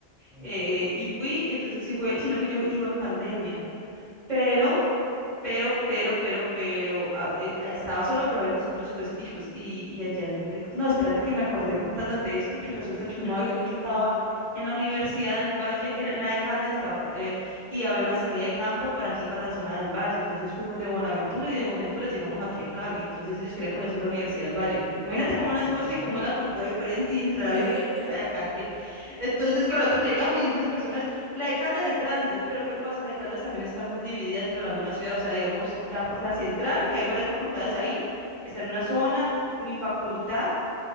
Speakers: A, on the left (about 35°); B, on the right (about 45°).
A: Mm.
B: eh, y fui, entonces sí fue, sino que yo iba en pandemia. Pero Pero, pero, pero, pero, ah, eh, ah, estaba solo, pero había unos que otros puesticos y, y allá es muy rico. No, espérate que me acordé contándote esto, que resulta que una
A: <laughs>
B: vez estaba en la Universidad del Valle, en, en la de Caldas estaba, eh, y había una salida de campo para aquí, para la zona del Valle. Entonces fuimos de Buenaventura y de Buenaventura llegamos aquí a Cali. Entonces ellos querían conocer la Universidad del Valle. Imagínate cómo las
A: Ujú.
B: cosas y cómo es la cultura diferente y entre
A: <laughs>
B: la vida universitaria de cada quien. Entonces, claro, nosotros llegamos y esas personas la de Caldas es grande, pero ¿qué pasa? La de Caldas también está muy dividida dentro de la misma ciudad. O sea, digamos, la, fa- la central, que hay varias facultades ahí, está en una zona. Mi facultad,